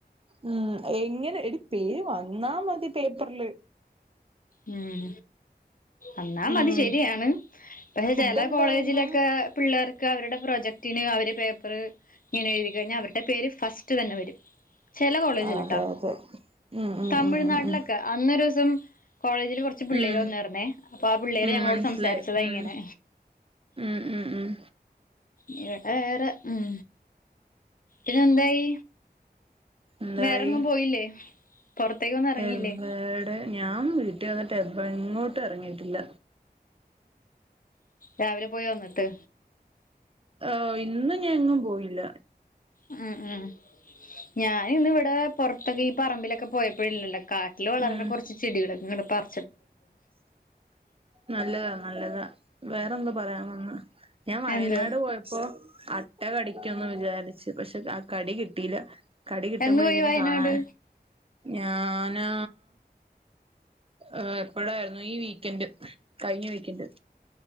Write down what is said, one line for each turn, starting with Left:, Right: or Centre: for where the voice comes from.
Right: മ് എങ്ങനെ എടി പേര് വന്നാ മതി പേപ്പറില്
Left: മ് എന്നാ മതി
Right: ഉം
Left: ശരിയാണ് പക്ഷെ
Right: ഫുഡ്
Left: ചെല
Right: എന്തായിന്ന്
Left: കോളേജിലൊക്കെ പിള്ളേർ അവരുടെ പ്രൊജക്ടിന് അവര് പേപ്പർ ഇങ്ങനെ എഴുതി കഴിഞ്ഞ് ഇനി അവരുടെ പേര് ഫസ്റ്റ് തന്നെ വരും ചെല കോളേജിലിട്ടാ
Right: അതെ അതെ ഉം ഉം
Left: തമിഴ്നാട്ടിലൊക്കെ
Right: ഉം ഉം ഉം
Left: അന്നൊരു തും കോളേജില് കൊറച്ച് പിള്ളേര്
Right: ഉം
Left: വന്നായിര്ന്നേ അപ്പൊ ആ പിള്ളേര്
Right: ഉം
Left: ഞങ്ങളോട്
Right: മനസ്സിലായി
Left: സംസാരിച്ചതാ
Right: ഉം
Left: ഇങ്ങനെ
Right: ഉം ഉം ഉം
Left: ഇവിടെ വേറെ ഉം ഇതെന്തായി
Right: എന്തായി
Left: വേറെങ്ങും പോയില്ലേ പുറത്തേക്കൊന്നും ഇറങ്ങിയില്ലേ
Right: എവിടെ ഞാൻ വീട്ടിൽ വന്നിട്ട് എങ്ങോട്ട് ഇറങ്ങിട്ടില്ല
Left: രാവിലെ പോയി വന്നിട്ട്
Right: ആ ഇന്നും ഞാൻങ്ങും പോയില്ല
Left: ഉം ഉം ഞാന് ഇന്ന് ഇവിടെ പൊർത്തൊക്കെ ഈ പറമ്പിലൊക്കെ പോയപ്പോഴില്ലല്ലോ കാട്ടിൽ വളര്ണ
Right: ഉം
Left: കൊറച്ച് ചെടികളൊക്ക ഇങ്ങ പർ
Right: നല്ലതാ നല്ലതാ വേറെ എന്താ പറയാൻ വന്ന് ഞാൻ വയനാട്
Left: എന്ത്
Right: പോയപ്പോ അട്ട കടി കടിക്കുമെന്ന് വിചാരിച്ചു പക്ഷെ ആ കടി കിട്ടില്ല കടി കിട്ടുമ്പോഴെങ്കിലും
Left: എന്ന് പോയി വയനാട്
Right: കാണാൻ ഞാന് ആ എപ്പോഴായിരുന്നു ഈ വീക്കെന്ഡ് കഴിഞ്ഞ വീക്കെന്ഡ്